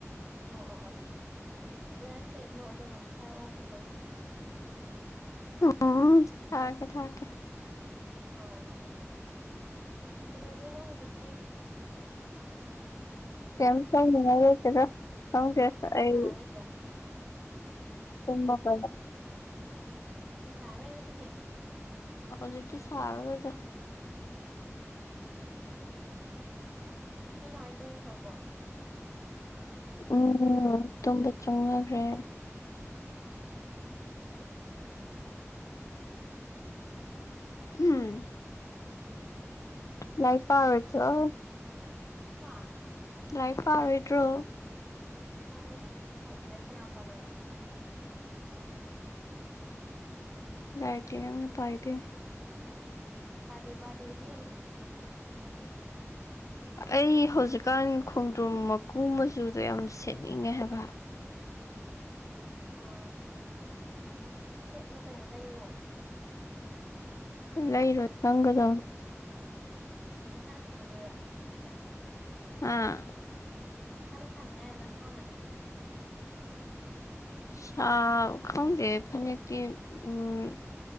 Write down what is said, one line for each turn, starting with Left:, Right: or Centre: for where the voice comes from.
Centre: ꯑꯣ ꯑꯣ ꯑꯣ ꯐꯖꯅ ꯁꯦꯠꯂꯣ ꯑꯗꯨꯒ ꯊꯥꯔꯛ ꯑꯣ ꯐꯣꯇꯣ
Left: ꯎꯝ ꯊꯥꯔꯛꯀꯦ ꯊꯥꯔꯛꯀꯦ
Centre: ꯑꯧ ꯀꯩꯗꯧꯗꯣꯏꯅꯣ ꯍꯧꯖꯤꯛꯇꯤ
Left: ꯀꯩꯝ ꯇꯧꯅꯤꯡꯉꯥꯏ ꯂꯩꯇꯦꯗ ꯈꯪꯗꯦ
Centre: ꯐꯤ
Left: ꯑꯩ
Centre: ꯁꯥꯔꯔꯣꯏꯗ꯭ꯔꯣ <inaudible>
Left: ꯄꯨꯡ ꯃꯥꯄꯟꯗ
Centre: ꯐꯤ ꯁꯥꯔꯔꯣꯏ ꯉꯥꯁꯤꯗꯤ
Left: ꯍꯧꯖꯤꯛꯇꯤ ꯁꯥꯔꯔꯣꯏꯗ
Centre: ꯎꯝ ꯅꯣꯏ ꯃꯥ ꯍꯣꯏ ꯇꯨꯝꯈ꯭ꯔꯕꯣ
Left: ꯎꯝ ꯇꯨꯝꯕ ꯆꯪꯅꯈ꯭ꯔꯦ
Centre: ꯎꯝ
Left: ꯍꯝ ꯂꯥꯏꯔꯤꯛ ꯄꯥꯔꯣꯏꯗ꯭ꯔꯣ
Centre: ꯍꯥ
Left: ꯂꯥꯏꯔꯤꯛ ꯄꯥꯔꯣꯏꯗ꯭ꯔꯣ
Centre: ꯄꯔꯣꯏꯗ ꯂꯥꯍꯔꯤꯛꯄꯨ ꯀꯥꯅ ꯄꯥꯅꯒꯦ
Left: ꯂꯥꯏꯔꯤꯛꯇꯤ ꯅꯪꯅ ꯄꯥꯏ ꯕꯦꯝꯃ
Centre: ꯄꯥꯗꯦ ꯄꯥꯗꯦ ꯏꯕꯦꯝꯃ
Left: ꯑꯩ ꯍꯧꯖꯤꯛꯀꯥꯟ ꯈꯣꯡꯗ꯭ꯔꯨꯝ ꯃꯀꯨ ꯃꯆꯨꯗꯣ ꯌꯥꯝ ꯁꯦꯠꯅꯤꯡꯉꯦ ꯍꯥꯏꯕ
Centre: ꯑꯣ ꯁꯦꯠꯂꯣ ꯀꯩꯅꯣ ꯂꯩꯔꯣ
Left: ꯂꯩꯔꯣꯏ ꯁꯪꯒꯗꯕꯅꯤ
Centre: ꯑꯣ ꯃꯁꯥꯅ ꯁꯥꯖꯗꯣꯏꯔꯣ
Left: ꯑꯥ
Centre: ꯅꯁꯥꯥꯅ ꯁꯥꯅꯤꯡꯉꯥꯏꯔꯣ ꯅꯁꯥꯅ
Left: ꯁꯥ ꯈꯪꯗꯦ ꯐꯅꯦꯛꯇꯤ ꯎꯝ